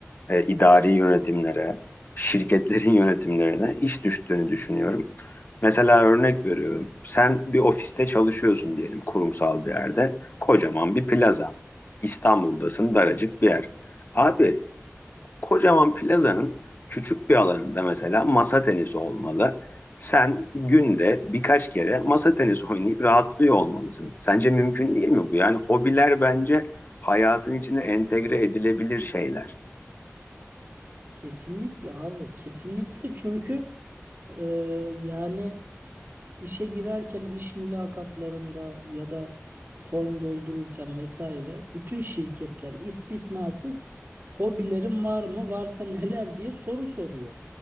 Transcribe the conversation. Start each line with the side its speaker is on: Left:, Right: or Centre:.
Left: e, idari yönetimlere, şirketlerin <laughs> yönetimlerine iş düştüğünü düşünüyorum. Mesela örnek veriyorum. Sen bir ofiste çalışıyorsun diyelim kurumsal bir yerde. Kocaman bir plaza. İstanbul'dasın daracık bir yer. Abi kocaman plazanın küçük bir alanında mesela masa tenisi olmalı. Sen günde birkaç kere masa tenisi oynayıp rahatlıyor olmalısın. Sence mümkün değil mi bu? Yani hobiler bence hayatın içine entegre edilebilir şeyler.
Right: Kesinlikle abi, kesinlikle çünkü e, yani. İşe girerken iş mülakatlarında ya da form doldururken vesaire bütün şirketler istisnasız hobilerin var mı varsa neler diye soru soruyor.